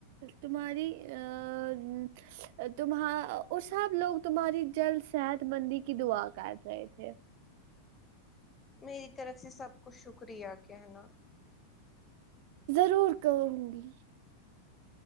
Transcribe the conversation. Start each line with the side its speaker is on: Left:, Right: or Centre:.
Right: تمہاری آ تمہا اور سب لوگ تمہاری جل صحت مندی کی دعا کرٹ رہے تھے
Left: میری طرف سے سب کو شکریہ کہنا
Right: ضرور کہوں گی